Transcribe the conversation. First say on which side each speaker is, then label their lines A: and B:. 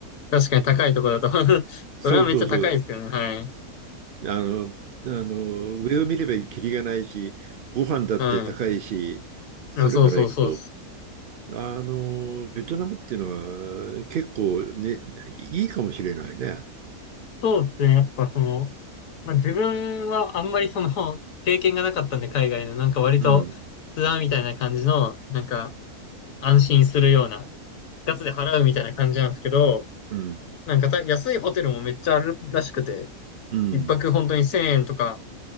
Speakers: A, on the left; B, on the right.
A: 確かに高いところだと <laughs>
B: そうそうそう、
A: それはめっちゃ高いですよね。はい。
B: あの、あの上を見ればキリがないし、ご飯だって高いし、
A: はい。
B: それから行くと
A: いや、そうそうそう。
B: あの、ベトナムっていうのは結構ね、いいかもしれないね。
A: そうですね。やっぱその、まあ、自分はあんまりその、<laughs> 経験がなかったんで、海外の、なんか割と、
B: うん、
A: ツアーみたいな感じの、なんか、安心するような、ガツで払うみたいな感じなんですけど、
B: うん、
A: なんかた安いホテルもめっちゃあるらしくて、
B: うん。
A: 一泊本当に1000円とか、